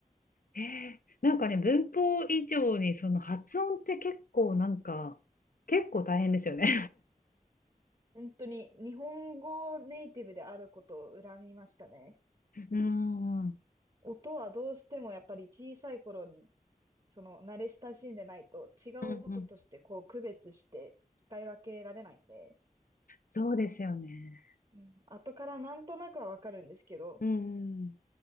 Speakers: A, on the left; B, on the right.
A: ええなんかね、文法以上にその発音って結構なんか、結構大変ですよね。
B: 本当に日本語ネイティブであることを恨みましたね。
A: <laughs> うんうん
B: 音はどうしてもやっぱり小さい頃にその慣れ親しんでないと違う音としてこう区別して使い分けられないんで、
A: うんうん。そうですよね。
B: うん、後からなんとなくはわかるんですけど、
A: うんうん。